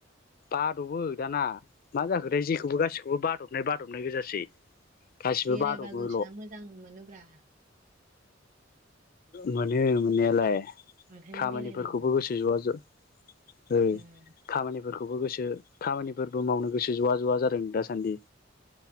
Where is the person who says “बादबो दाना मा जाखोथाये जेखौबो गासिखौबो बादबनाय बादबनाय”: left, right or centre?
Left